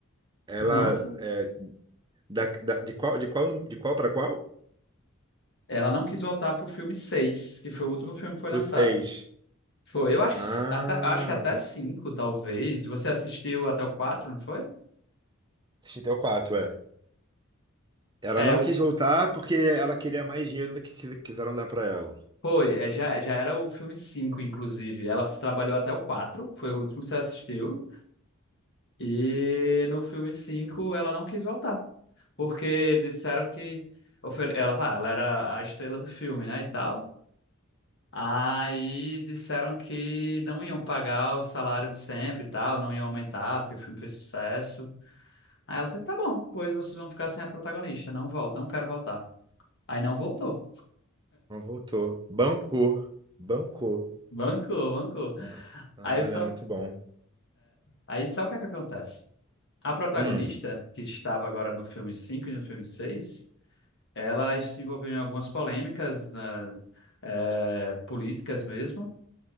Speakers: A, on the right; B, on the left.
A: ela
B: Não, só.
A: é da, da- de qual, de qual, nu- de qual para qual?
B: Ela não quis voltar pro filme 6, que foi o último filme que foi
A: Pro
B: lançado.
A: 6.
B: Foi, eu acho,
A: Ah,
B: que s- até, eu acho que até 5, talvez. Você assistiu até o 4, não foi?
A: assisti até o quatro, é. Ela
B: É,
A: não
B: o-
A: quis voltar porque ela queria mais dinheiro do que que- quiseram dar para ela.
B: foi, é, já, já era o filme 5, inclusive. Ela f- trabalhou até o 4, foi o último que você assistiu. E no filme 5, ela não quis voltar. Porque disseram que ofer- ela, ah, ela era a estrela do filme, né, e tal. Aí disseram que não iam pagar o salário de sempre e tal, não iam aumentar, porque o filme fez sucesso. Aí ela falou, tá bom, pois vocês vão ficar sem a protagonista, não volto, não quero voltar. Aí não voltou.
A: Não voltou. Bancou. Bancou.
B: Bancou, bancou.
A: É. Ah,
B: Aí só,
A: ela é muito bom.
B: aí só o que é que acontece? A protagonista,
A: Hum.
B: que estava agora no filme 5 e no filme 6, ela se envolveu em algumas polêmicas, né, eh, políticas mesmo,